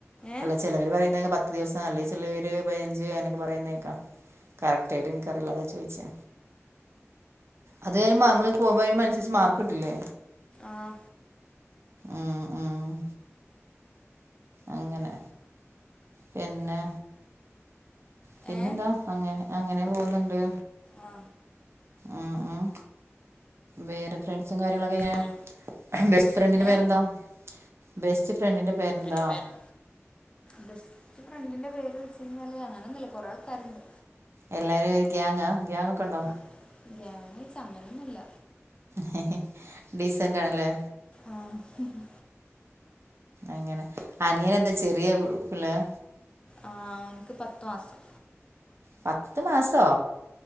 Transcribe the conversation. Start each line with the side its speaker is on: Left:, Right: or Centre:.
Left: ഏ
Right: അല്ല ചെലവര് പറയുന്നതേക്ക പത്ത് ദിവസ, അല്ലേ ചെലവര് പയിനഞ്ച് അ നൊക്കെ പറയുന്നേക്കാ കറക്റ്റാ യിട്ട് ൻക്കറീല്ലാതാ ചോയിചേ? അത് പറീമ്പോ നമ്മള് പോകുമ്പോ അതിന നുസരിച്ച് മാർക്ക് കിട്ടില്ലേ?
Left: ആഹ.
Right: ആ, ആ. അങ്ങനെ, പിന്നെ? പിന്നെന്താ
Left: ഏ
Right: അങ്ങനെ, അങ്ങനെ പോകുന്നുണ്ട്.
Left: ആ
Right: ഉം, ഉം. വേറെ ഫ്രണ്ട്സും കാര്യങ്ങളൊക്കെ എങ്ങനെ?
Left: വേറെ
Right: ബെസ്റ്റ് ഫ്രണ്ടിന്റെ
Left: ഏ
Right: പേരെന്താ? ബെസ്റ്റ്ഫ്ര ഫ്രണ്ടിന്റെ പേരെന്താ?
Left: നിന്റെ പേര് ബെസ്റ്റ് ഫ്രണ്ടിന്റെ പേര് വെച്ചയിഞ്ഞാല്, അങ്ങനെ ഒന്നുല്ല കുറെ ആൾക്കാര്ണ്ട്.
Right: എല്ലാരും ഗ്യാങ്ങാ, ഗ്യാങ്ങൊക്കെ ണ്ടോ?
Left: ആ ഗ്യാങ് ച്ച അങ്ങനൊന്നൂല്ല.
Right: ഹെ, ഹെ ഡീസന്റാണല്ലേ?
Left: ആഹ, ഹ്, ഹ്.
Right: അങ്ങനെ അനിയനെന്താ ചെറിയ പിള്ളയാ?
Left: ആഹ, ഓന്ക്ക് പത്തു മാസം.
Right: പത്ത് മാസോ!